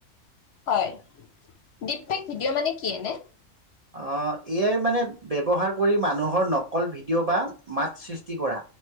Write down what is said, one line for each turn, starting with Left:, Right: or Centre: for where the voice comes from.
Left: হয় দক। ভিডিঅ' মানে কি এনে।
Right: আহ এয়াই মানে ব্যৱহাৰ কৰি মানুহৰ নকল ভিডিঅ' বা মাত সৃষ্টি কৰা